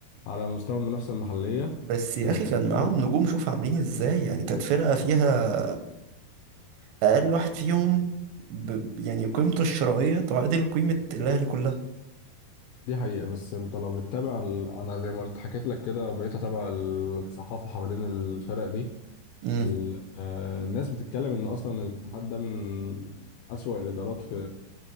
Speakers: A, on the left; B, on the right.
A: على مستوى المنافسة المحلية
B: بس يا
A: كان
B: اخي كان معاهم
A: فرق
B: نجوم شوف عاملين ازاي يعني كانت فرقه فيها اقل واحد فيهم ب... يعني قيمته الشرائيه تعادل قيمه الاهلي كلها
A: دي حقيقة بس انت لو بتتابع ال... انا زي ما قلت حكيت لك كده بقيت اتابع الصحافة حوالين الفرق دي
B: امم
A: ال... آه الناس بتتكلم ان اصلا الاتحاد ده من اسوأ الادارات في